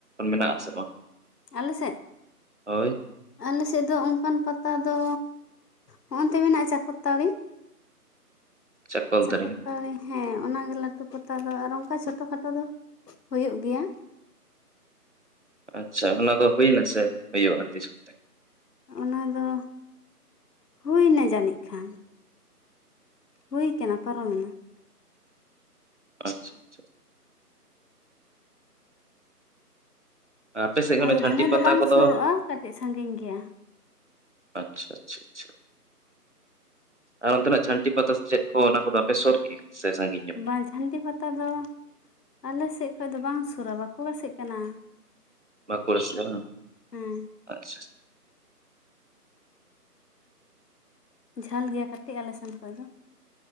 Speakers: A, on the right; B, on the left.
A: ᱢᱮᱱᱟᱜ ᱟᱥᱮ ᱵᱟᱝ?
B: ᱟᱞᱮ ᱥᱮᱫ?
A: ᱦᱳᱭ
B: ᱟᱞᱮ ᱥᱮᱫ ᱫᱚ ᱚᱱᱠᱟᱱ ᱯᱟᱛᱟ ᱫᱚ ᱦᱚᱜ-ᱚᱱᱛᱮ ᱢᱮᱱᱟᱜ-ᱟ ᱪᱟᱠᱚᱞᱛᱟᱹᱲᱤ ᱾
A: ᱪᱟᱠᱚᱞ
B: ᱪᱟᱠᱚᱞᱛᱟᱹᱲᱤ
A: ᱫᱟᱨᱮ
B: ᱦᱮᱸ ᱚᱱᱟ ᱜᱮ ᱞᱟᱹᱴᱩ ᱯᱟᱛᱟ ᱫᱚ ᱟᱨ ᱚᱱᱠᱟ ᱪᱷᱳᱴᱳ ᱠᱷᱟᱴᱳ ᱫᱚ ᱦᱩᱭᱩᱜ ᱜᱮᱭᱟ ᱾
A: ᱟᱪᱪᱷᱟ ᱚᱱᱟ ᱫᱚ ᱦᱩᱭᱱᱟ ᱥᱮ ᱦᱩᱭᱩᱜ-ᱟ ᱛᱤᱥ ᱠᱚᱛᱮ?
B: ᱚᱱᱟ ᱫᱚ ᱦᱩᱭ ᱱᱟ ᱡᱟᱹᱱᱤᱡ ᱠᱷᱟᱱ ᱾ ᱦᱩᱭ ᱠᱟᱱᱟ ᱯᱟᱨᱚᱢᱮᱱᱟ ᱾
A: ᱟᱪᱪᱷᱟ ᱟᱪᱪᱷᱟ ᱾ ᱟᱯᱮ ᱥᱮᱫ ᱠᱷᱚᱱᱟᱜ
B: ᱟᱫᱚ
A: ᱡᱷᱟᱹᱱᱴᱤ
B: ᱫᱚᱢᱮ
A: ᱯᱟᱛᱟ
B: ᱫᱚ ᱵᱟᱝ
A: ᱠᱚᱫᱚ
B: ᱥᱩᱨᱩᱜᱼᱟ ᱠᱟᱹᱴᱤᱡ ᱥᱟᱺᱜᱤᱧ ᱜᱮᱭᱟ
A: ᱟᱪᱪᱷᱟ ᱟᱪᱪᱷᱟ ᱟᱪᱪᱷᱟ ᱟᱪᱪᱷᱟ ᱟᱨ ᱚᱱᱛᱮᱱᱟᱜ ᱡᱷᱟᱹᱱᱴᱤ ᱯᱟᱛᱟ ᱪᱮᱫ ᱠᱚ ᱚᱱᱟ ᱠᱚᱫᱚ ᱟᱯᱮ ᱥᱚᱨ ᱜᱮ ᱥᱮ ᱥᱟᱺᱜᱤᱧ? ᱧᱚᱜ ᱜᱮᱭᱟ
B: ᱵᱟᱝ ᱡᱷᱟᱹᱱᱴᱤ ᱯᱟᱛᱟ ᱫᱚ ᱟᱞᱮ ᱥᱮᱫ ᱠᱷᱚᱡ ᱫᱚ ᱵᱟᱝ ᱥᱩᱨᱟ ᱵᱟᱠᱩᱲᱟ ᱥᱮᱜ ᱠᱟᱱᱟ ᱾
A: ᱵᱟᱠᱩᱲᱟ ᱥᱮᱜ ᱵᱟᱝ?
B: ᱦᱮᱸ
A: ᱟᱪᱪᱷᱟ ᱾
B: ᱡᱷᱟᱹᱞ ᱜᱮᱭᱟ ᱠᱟᱹᱴᱤᱡ ᱟᱞᱮ ᱥᱮᱱ ᱠᱷᱚᱡ ᱫᱚ ᱾